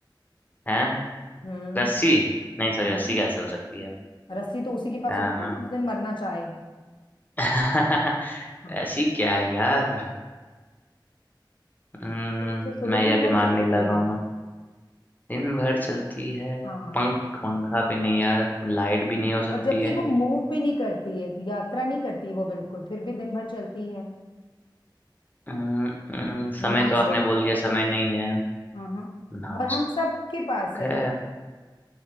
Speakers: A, on the left (about 20°); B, on the left (about 80°).
A: है
B: हम्म
A: रस्सी नहीं सॉरी
B: हम्म
A: रस्सी कैसे हो सकती है
B: रस्सी तो उसी के पास
A: अम,
B: होती है जो उस दिन मरना चाहे
A: <laughs>
B: हाँ
A: ऐसी क्या है यार हम्म
B: सोचो सोचो
A: मैं यार
B: दिन
A: दिमाग
B: भर चलती
A: नहीं लगाऊंगा
B: है
A: दिन भर चलती है
B: हाँ
A: पंख पंखा भी नहीं यार लाइट भी नहीं हो सकती
B: और जबकि
A: है
B: वो मूव भी नहीं करती है यात्रा नहीं करती वो बिल्कुल फिर भी दिन भर चलती है
A: अम, अम, समय
B: नाजुक
A: तो आपने बोल
B: है
A: दिया समय नहीं है
B: हाँ हाँ
A: नाजुक
B: और हम सबके पास है
A: है